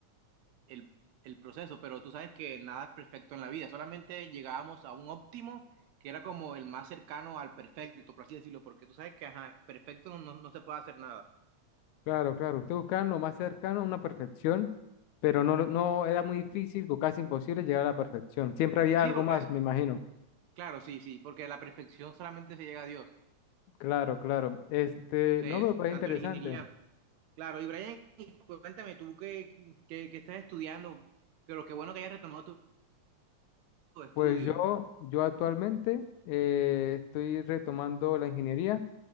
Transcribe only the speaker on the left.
Claro, claro, usted buscaba lo más cercano a una perfección, pero no, lo- no era muy difícil o casi imposible llegar a la perfección. Siempre había
algo
más,
me imagino.
Claro, claro. Este,
no, pero parece
interesante.
Pues yo, yo actualmente eh, estoy retomando la ingeniería